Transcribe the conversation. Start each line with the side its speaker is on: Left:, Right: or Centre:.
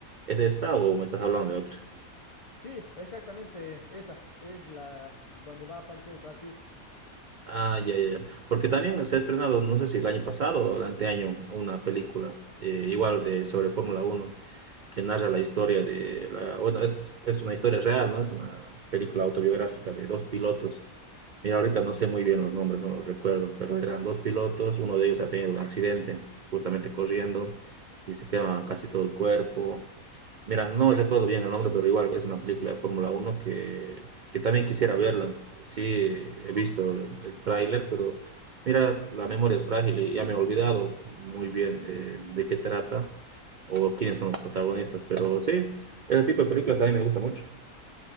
Right: ¿Es esta o me estás hablando de otra?
Left: Sí, exactamente esa es la donde va a aparecer Brad Pitt.
Right: Ah, ya, ya, ya. Porque también se ha estrenado, no sé si el año pasado o el anteaño, una película eh, igual de sobre Fórmula Uno que narra la historia de, la, bueno, es, es una historia real, ¿no? Es una película autobiográfica de dos pilotos Mira, ahorita no sé muy bien los nombres, no los recuerdo, pero eran dos pilotos, uno de ellos ha tenido un accidente justamente corriendo y se quema casi todo el cuerpo. Mira, no recuerdo bien el nombre, pero igual es una película de Fórmula Uno que, que también quisiera verla. Sí, he visto el, el tráiler, pero mira, la memoria es frágil y ya me he olvidado muy bien eh, de qué trata o quiénes son los protagonistas, pero sí, ese tipo de películas también me gusta mucho.